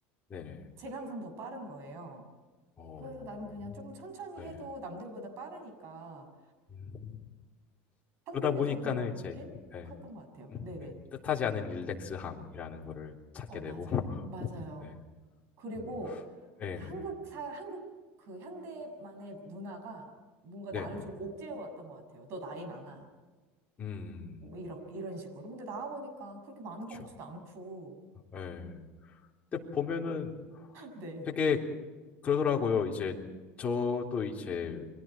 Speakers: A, on the left; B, on the right.
A: 네네,
B: 제가 항상 더 빠른 거예요.
A: 어.
B: 그래서 나는 그냥 조금 천천히
A: 네.
B: 해도 남들보다 빠르니까
A: 음.
B: 한국에서
A: 그러다 보니까는
B: 배운
A: 이제
B: 게
A: 예,
B: 컸던 것 같아요. 네네.
A: 예, 뜻하지 않은 릴렉스함이라는 거를 찾게
B: 어,
A: 되고
B: 맞아요.
A: <laughs>
B: 맞아요.
A: 네,
B: 그리고
A: 음, 네,
B: 한국 사, 한국 그 현대만의 문화가 뭔가
A: 네네,
B: 나를 좀 옥죄어 왔던 것 같아요. 너 나이 많아.
A: 음,
B: 뭐 이렇게, 이런 식으로. 근데 나와보니까 그렇게 많은 것
A: 그렇죠.
B: 같지도 않고.
A: 예. 근데 보면은
B: 네,
A: 되게 그러더라고요. 이제 저도 이제